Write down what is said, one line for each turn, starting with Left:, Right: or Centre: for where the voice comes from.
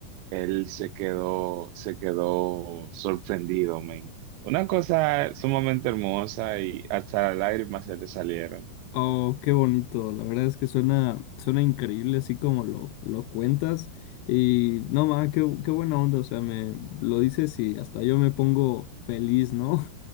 Right: él se quedó, se quedó sorprendido, men. Una cosa sumamente hermosa y hasta las lágrimas se le salieron.
Left: Oh, qué bonito. La verdad es que suena, suena increíble así como lo, lo cuentas. Y no, ma, qué, qué buena onda. O sea, me lo dices y hasta yo me pongo feliz, ¿no? <laughs>